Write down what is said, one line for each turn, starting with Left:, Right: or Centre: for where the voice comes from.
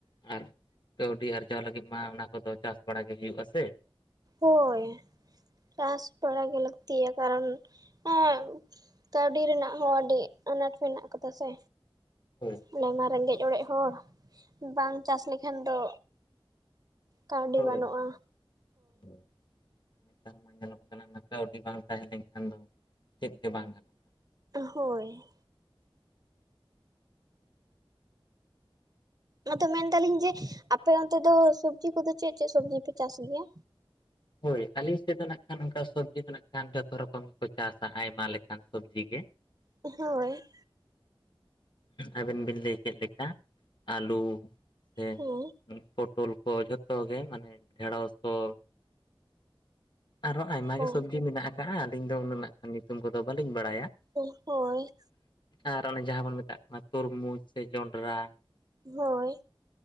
Left: ᱟᱨ ᱠᱟᱹᱣᱰᱤ ᱟᱨᱡᱟᱣ ᱞᱟᱹᱜᱤᱫ ᱢᱟ ᱚᱱᱟ ᱠᱚᱫᱚ ᱪᱟᱥ ᱵᱟᱲᱟ ᱜᱮ ᱦᱩᱭᱩᱜ-ᱟ ᱥᱮ᱾
Right: ᱦᱳᱭ ᱪᱟᱥ ᱵᱟᱲᱟᱟ ᱜᱮ ᱞᱟᱹᱠᱛᱤᱤᱭᱟ ᱠᱟᱨᱚᱱ ᱮᱸ ᱠᱟᱹᱣᱰᱤ ᱨᱮᱱᱟᱜ ᱦᱚᱸ ᱟᱹᱰᱤ ᱟᱱᱟᱴ ᱢᱮᱱᱟᱜ ᱠᱟᱫᱟ ᱥᱮ᱾
Left: ᱦᱳᱭ
Right: ᱟᱞᱮ ᱢᱟ ᱨᱮᱸᱜᱮᱡ ᱚᱲᱮᱡ ᱦᱚᱲ ᱵᱟᱝ ᱪᱟᱥ ᱞᱮᱠᱷᱟᱱ ᱫᱚ ᱠᱟᱹᱣᱰᱤ
Left: ᱦᱳᱭ
Right: ᱵᱟᱹᱱᱩᱜᱼᱟ
Left: ᱦᱳᱭ, ᱦᱳᱭ᱾ ᱱᱮᱛᱟᱨ ᱢᱟ ᱧᱮᱞᱚᱜ ᱠᱟᱱᱟ ᱠᱟᱹᱣᱰᱤ ᱵᱟᱝ ᱛᱟᱦᱮᱸ ᱞᱮᱱᱠᱷᱟᱱ ᱫᱚ ᱪᱮᱫ ᱜᱮ ᱵᱟᱝ ᱜᱟᱱᱚᱜ᱾
Right: ᱦᱳᱭ᱾ ᱟᱫᱚ ᱢᱮᱱᱫᱟᱞᱤᱧ ᱡᱮ ᱟᱯᱮ ᱚᱱᱛᱮ ᱫᱚ ᱥᱚᱵᱡᱤ ᱠᱚᱫᱚ ᱪᱮᱫ ᱪᱮᱫ ᱥᱚᱵᱡᱤ ᱯᱮ ᱪᱟᱥ ᱜᱮᱭᱟ?
Left: ᱦᱳᱭ ᱟᱞᱮ ᱥᱮᱫ ᱫᱚ ᱱᱟᱜ ᱠᱷᱟᱱ ᱚᱱᱠᱟ ᱥᱚᱵᱡᱤ ᱫᱚ ᱱᱟᱜ ᱠᱷᱟᱱ ᱡᱷᱚᱛᱚ ᱨᱚᱠᱚᱢ ᱜᱮᱠᱚ ᱪᱟᱥᱟ ᱟᱭᱢᱟ ᱞᱮᱠᱟᱱ ᱥᱚᱵᱡᱤ ᱜᱮ᱾ <inaudible>
Right: ᱦᱳᱭ᱾
Left: ᱟᱵᱮᱱ ᱵᱤᱱ ᱞᱟᱹᱭ ᱠᱮᱫ ᱞᱮᱠᱟ᱾ ᱟᱹᱞᱩ ᱥᱮ
Right: ᱦᱮᱸ
Left: ᱯᱚᱴᱚᱞ ᱠᱚ ᱡᱷᱚᱛᱚ ᱜᱮ ᱢᱟᱱᱮ ᱰᱷᱮᱸᱲᱚᱥ ᱠᱚ᱾ ᱟᱨᱦᱚᱸ ᱟᱭᱢᱟ ᱜᱮ
Right: ᱚ
Left: ᱥᱚᱵᱡᱤ ᱢᱮᱱᱟᱜ ᱠᱟᱜ-ᱟ ᱟᱹᱞᱤᱧ ᱫᱚ ᱱᱟᱜᱠᱷᱟᱱ ᱨ ᱧᱩᱛᱩᱢ ᱠᱚᱫᱚ ᱵᱟᱹᱞᱤᱧ ᱵᱟᱲᱟᱭᱟ᱾
Right: ᱚᱜ ᱦᱳᱭ᱾
Left: ᱟᱨ ᱚᱱᱮ ᱡᱟᱦᱟᱸ ᱵᱚᱱ ᱢᱮᱛᱟᱜ ᱠᱟᱱᱟ ᱛᱩᱨᱢᱩᱡᱽ ᱥᱮ ᱡᱚᱸᱰᱨᱟ᱾
Right: ᱦᱳᱭ